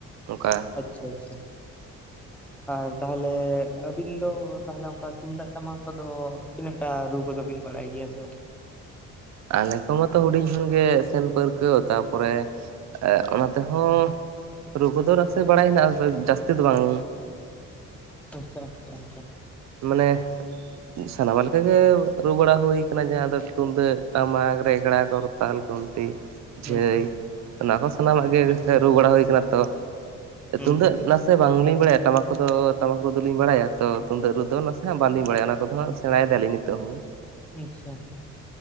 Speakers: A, on the right; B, in the centre.
A: ᱚᱱᱠᱟ
B: ᱟᱪᱪᱷᱟ ᱟᱪᱪᱷᱟ᱾ ᱟᱨ ᱛᱟᱦᱞᱮ ᱟᱹᱵᱤᱱ ᱫᱚ ᱛᱟᱦᱞᱮ ᱚᱱᱠᱟ ᱛᱩᱢᱫᱟᱹᱜ ᱴᱟᱢᱟᱠ ᱠᱚᱫᱚ ᱛᱤᱱᱟᱹᱴᱟ ᱨᱩ ᱠᱚᱫᱚ ᱵᱤᱱ ᱵᱟᱲᱟᱭ ᱜᱮᱭᱟ ᱥᱮ ᱵᱟᱝ
A: ᱟᱞᱮ ᱠᱚᱢᱟ ᱛᱚ ᱦᱩᱰᱤᱧ ᱠᱷᱚᱱ ᱜᱮ ᱥᱮᱱ ᱯᱟᱹᱨᱠᱟᱹᱣ, ᱛᱟᱨᱯᱚᱨᱮ ᱚᱱᱟ ᱛᱮᱦᱚᱸ ᱨᱩ ᱠᱚᱫᱚ ᱱᱟᱥᱮ ᱵᱟᱲᱟᱭ ᱦᱮᱱᱟᱜ ᱡᱟᱹᱥᱛᱤ ᱫᱚ ᱵᱟᱝ᱾
B: ᱟᱪᱪᱷᱟ ᱟᱪᱪᱷᱟ ᱟᱪᱪᱷᱟ᱾
A: ᱢᱟᱱᱮ ᱥᱟᱱᱟᱢᱟᱜ ᱞᱮᱠᱟᱜᱮ ᱨᱩ ᱵᱟᱲᱟ ᱦᱩᱭ ᱠᱟᱱᱟ ᱡᱟᱦᱟᱸ ᱫᱚ ᱛᱩᱱᱫᱟᱹᱜ ᱴᱟᱢᱟᱠ, ᱨᱮᱜᱲᱟ, ᱠᱚᱨᱛᱟᱞ, ᱜᱩᱱᱴᱤ
B: ᱦᱩᱸ
A: ᱡᱷᱟᱹᱭ ᱚᱱᱟ ᱠᱚ ᱥᱟᱱᱟᱢᱟᱜ ᱜᱮ
B: ᱟᱪᱪᱷᱟ ᱟᱪᱪᱷᱟ
A: ᱨᱩ ᱵᱟᱲᱟ ᱦᱩᱭ ᱠᱟᱱᱟ ᱛᱚ,
B: ᱦᱩᱸ
A: ᱛᱩᱢᱫᱟᱹᱜ ᱱᱟᱥᱮ ᱥᱮ ᱵᱟᱝᱞᱤᱧ ᱵᱟᱲᱟᱭᱟ ᱴᱟᱢᱟᱠ ᱠᱚᱫᱚ ᱴᱟᱢᱟᱠ ᱨᱩ ᱫᱚ ᱞᱤᱧ ᱵᱟᱲᱟᱭᱟ ᱛᱚ ᱛᱩᱱᱫᱟᱹᱜ ᱨᱩ ᱫᱚ ᱱᱟᱥᱮ ᱦᱮᱸ ᱵᱟᱞᱤᱧ ᱵᱟᱲᱟᱭ ᱚᱱᱟ ᱠᱚ ᱦᱟᱸᱜ
B: ᱦᱩᱸ
A: ᱥᱮᱬᱟᱭ ᱫᱟᱞᱤᱧ ᱱᱤᱛᱚᱜ ᱦᱚᱸ᱾
B: ᱟᱪᱪᱷᱟ᱾